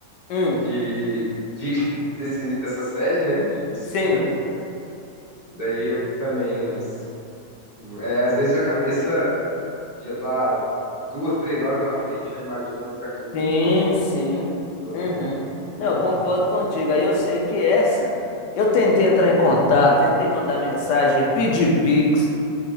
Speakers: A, on the left; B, on the right.
A: hum,
B: de, de <laughs> desse, dessa série, né, de- desse
A: sim.
B: filme, né? Daí eu também, mas é, às vezes a cabeça, né, já tá duas, três horas na frente, já imaginando o que vai fazer
A: Sim,
B: depois.
A: sim.
B: Loucura.
A: Uhum. Não,
B: Uhum.
A: eu concordo contigo. Aí eu sei que essa. Eu tentei entrar em contato, tentei mandar mensagem, pedir Pix.